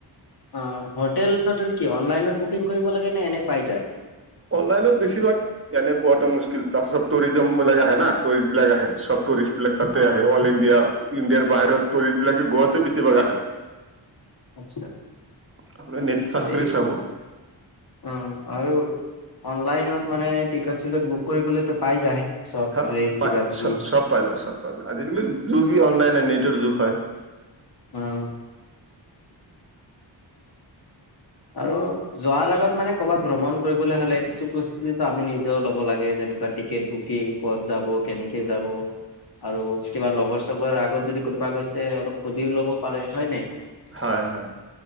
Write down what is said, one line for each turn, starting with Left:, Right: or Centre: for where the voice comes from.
Left: অ'! হোটেল, চটেল কি অনলাইনত বুকিং কৰিব লাগে নে এনে পাই যায়
Right: অনলাইনত বেছিভাগ, এনে পোৱাটো মুস্কিল। তাৰপিছত, টুৰিজিমবিলাক আহে <unintelligible> আহে না। টুৰিষ্ট বিলাক আহে, চব টুৰিষ্ট বিলাক তাতে
Left: অ',
Right: আহে অল ইণ্ডিয়া। ইণ্ডিয়াৰ বাহিৰৰ টুৰিষ্ট বিলাকে গোৱাতে বেছিভাগ আহে।
Left: আচ্ছা!
Right: আপুনি নেট চাৰ্চ
Left: এই
Right: কৰি চাব
Left: অ'! আৰু অনলাইনত মানে, টিকট চিকট বুক কৰিবলৈতো পাই যায়?
Right: চব
Left: ট্ৰেইন
Right: পাই।
Left: কিবা কিবি
Right: চব পাই, চব পাই। আজিকালি, টো কি অনলাইন নে নেটৰ যুগ হয়।
Left: উম! আৰু যোৱাৰ আগত মানে, কৰ'বাত ভ্ৰমণ কৰিবলে হ'লে কিছু বস্তু যিটো আমি নিজেও ল'ব লাগে যে। নে, টিকট বুকিং ক'ত যাব, কেনেকে যাব। আৰু কিবা লগৰ, চগৰ আগত যদি কোনোবা গৈছে, অলপ পসুধিও ল'ব পাৰে হয় নাই?
Right: হয়, হয়।